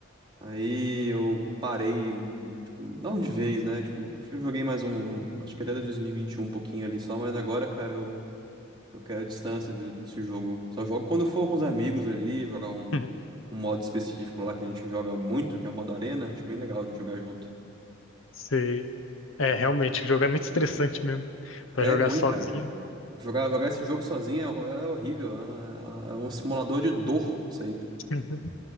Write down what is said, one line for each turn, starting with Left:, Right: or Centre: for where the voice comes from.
Right: Aí eu parei, tipo, não de vez, né? Tipo, acho que eu joguei mais um, acho que até 2021 um um pouquinho ali só, mas agora, cara, eu, eu quero distância de- desse jogo. Só jogo quando eu for com os amigos ali, jogar um,
Left: <laughs>
Right: um modo específico lá que a gente joga muito, que é o modo arena. Acho bem legal de jogar junto.
Left: Sei. É, realmente, o jogo é muito estressante mesmo.
Right: É
Left: Pra jogar
Right: ruim,
Left: sozinho.
Right: cara. Jogar, jogar esse jogo sozinho é, hor- é horrível. É, é é um simulador de dor, isso aí.
Left: <laughs>